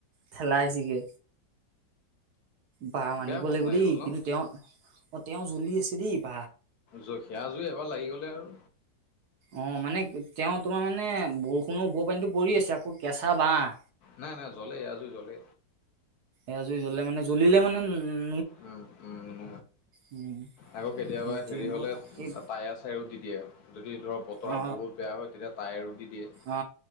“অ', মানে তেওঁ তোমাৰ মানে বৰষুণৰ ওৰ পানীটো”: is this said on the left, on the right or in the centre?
Right